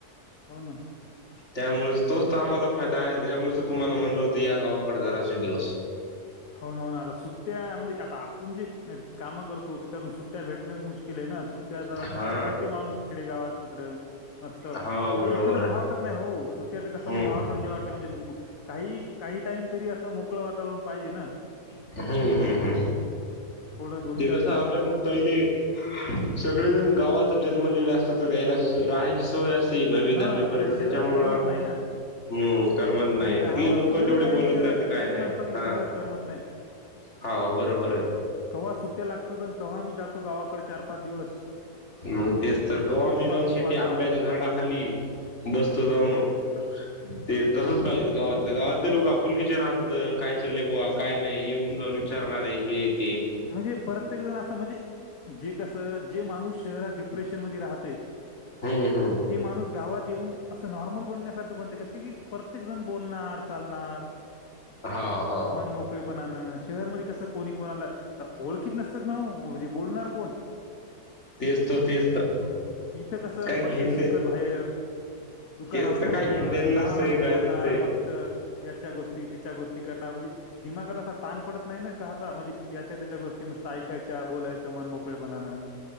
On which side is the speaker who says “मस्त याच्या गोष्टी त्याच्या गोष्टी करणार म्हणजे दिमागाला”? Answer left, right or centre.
Left